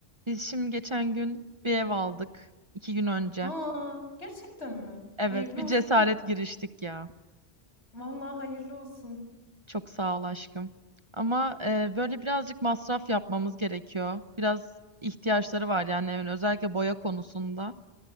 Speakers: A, on the right; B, on the left.
A: Biz şimdi geçen gün bir ev aldık. iki gün önce.
B: Aa, gerçekten mi?
A: Evet,
B: Hayırlı
A: bir
B: olsun.
A: cesaret giriştik ya.
B: Vallahi hayırlı olsun.
A: Çok sağ ol aşkım. Ama e, böyle birazcık masraf yapmamız gerekiyor. Biraz ihtiyaçları var yani evin özellikle boya konusunda.